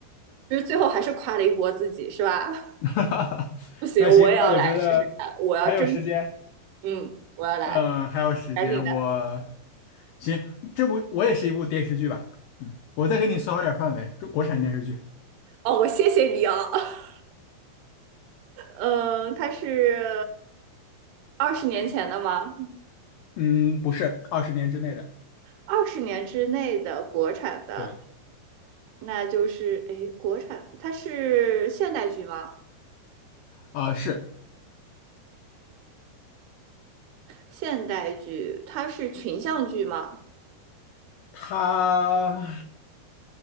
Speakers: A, on the right (about 80°); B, on the left (about 85°).
A: 就是最后还是夸了一波自己是吧？<laughs>
B: <laughs>
A: 不行，
B: 那行，
A: 我也要来试试看，
B: 那我觉得还有时间，
A: 我要争取，嗯，我要来，
B: 嗯、还有时间，
A: 赶紧的。
B: 我行，这部我也是一部电视剧吧，嗯，我再给你缩小点范围，中国产电视剧，
A: 哦，我谢谢你啊。<laughs> 呃，它是二十年前的吗？
B: 嗯，不是二十年之内的，
A: 二十年之内的国产的，
B: 对，
A: 那就是诶，国产它是现代剧吗？
B: 啊、是
A: 现代剧它是群像剧吗？
B: 它，